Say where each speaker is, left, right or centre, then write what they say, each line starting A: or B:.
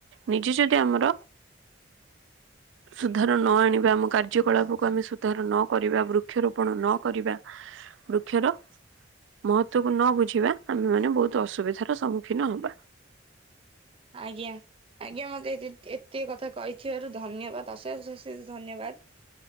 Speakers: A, on the right; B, on the right.
A: ନିଜେ ଯଦି ଆମର ସୁଧାର ନ ଆଣିବା ଆମ କାର୍ଯ୍ୟକଳାପକୁ ଆମେ ସୁଧାର ନ କରିବା ବୃକ୍ଷରୋପଣ ନ କରିବା ବୃକ୍ଷର ମହତ୍ଵକୁ ନ ବୁଝିବା ଆମେ ମାନେ ବହୁତ ଅସୁବିଧାର ସମ୍ମୁଖୀନ ହବା।
B: ଆଜ୍ଞା ଆଜ୍ଞା ମତେ ଏତିକି କଥା କହି ଦୋରୁ ଧନ୍ୟବାଦ ଅଶେଷ ଅଶେଷ ଧନ୍ୟବାଦ।